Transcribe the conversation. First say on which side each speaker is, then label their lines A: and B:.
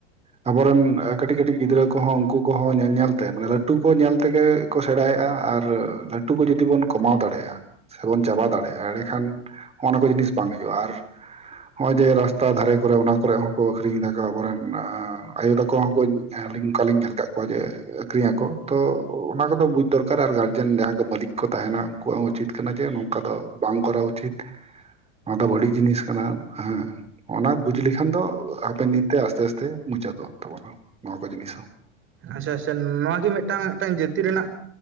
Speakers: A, on the right; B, on the right.
A: ᱟᱵᱚᱨᱮᱱ ᱠᱟᱹᱴᱤᱡ ᱠᱟᱹᱴᱤᱡ ᱜᱤᱫᱽᱨᱟᱹ ᱠᱚᱦᱚᱸ ᱩᱱᱠᱩ ᱠᱚᱦᱚᱸ ᱧᱮ ᱧᱮᱞᱛᱮ ᱢᱟᱱᱮ ᱞᱟᱹᱴᱩ ᱠᱚ ᱧᱮᱞᱛᱮ ᱛᱮᱜᱮ ᱠᱚ ᱥᱮᱬᱟᱭᱮᱜᱼᱟ ᱟᱨ ᱞᱟᱹᱴᱩ ᱠᱚ ᱡᱩᱫᱤ ᱵᱚᱱ ᱠᱚᱢᱟᱣ ᱫᱟᱲᱮᱭᱟᱜᱼᱟ ᱥᱮᱵᱚᱱ ᱪᱟᱵᱟ ᱫᱟᱲᱮᱭᱟᱜᱼᱟ ᱮᱸᱰᱮᱠᱷᱟᱱ ᱦᱚᱸᱜᱼ ᱱᱚᱣᱟ ᱠᱚ ᱡᱤᱱᱤᱥ ᱵᱟᱝ ᱦᱩᱭᱩᱜᱼᱟ ᱟᱨ ᱦᱚᱸᱜᱼᱚᱭ ᱡᱮ ᱨᱟᱥᱛᱟ ᱫᱷᱟᱨᱮ ᱠᱚᱨᱮ ᱚᱱᱟ ᱠᱚᱨᱮ ᱦᱚᱸᱠᱚ ᱟᱠᱷᱨᱤᱧ ᱫᱟ ᱠᱚ ᱟᱵᱚᱨᱮᱱ ᱟᱭᱳ ᱛᱟᱠᱚ ᱦᱚᱸᱠᱚ ᱟᱞᱤᱧ ᱚᱱᱠᱟᱞᱤᱧ ᱧᱮᱞ ᱟᱠᱟᱫ ᱠᱚᱣᱟ ᱡᱮ ᱟᱹᱠᱷᱨᱤᱧ ᱟᱠᱚ ᱛᱚ ᱚᱱᱟ ᱠᱚᱫᱚ ᱵᱩᱡ ᱫᱚᱨᱠᱟᱨ ᱟᱨ ᱜᱟᱨᱡᱮᱱ ᱡᱟᱦᱟᱸ ᱠᱚ ᱢᱟᱞᱤᱠ ᱠᱚ ᱛᱟᱦᱮᱱᱟ ᱩᱱᱠᱩᱣᱟᱜ ᱦᱚᱸ ᱩᱪᱤᱛ ᱠᱟᱱᱟ ᱡᱮ ᱱᱚᱝᱠᱟ ᱫᱚ ᱵᱟᱝ ᱠᱚᱨᱟᱣ ᱩᱪᱤᱛ ᱱᱚᱣᱟ ᱫᱚ ᱵᱟᱹᱲᱤᱡ ᱡᱤᱱᱤᱥ ᱠᱟᱱᱟ ᱦᱮᱸ ᱚᱱᱟ ᱵᱩᱡ ᱞᱮᱠᱷᱟᱱ ᱫᱚ ᱦᱟᱯᱮᱱ ᱫᱤᱱᱛᱮ ᱟᱥᱛᱮ ᱟᱥᱛᱮ ᱢᱩᱪᱟᱹᱫᱚᱜ ᱛᱟᱵᱚᱱᱟ ᱱᱚᱣᱟ ᱠᱚ ᱡᱤᱱᱤᱥ ᱦᱚᱸ
B: ᱟᱪᱪᱷᱟ ᱟᱪᱪᱷᱟ ᱱᱚᱣᱟᱜᱤ ᱢᱤᱫᱴᱟᱝ ᱢᱤᱫᱴᱟᱝ ᱡᱟᱹᱛᱤ ᱨᱮᱱᱟᱜ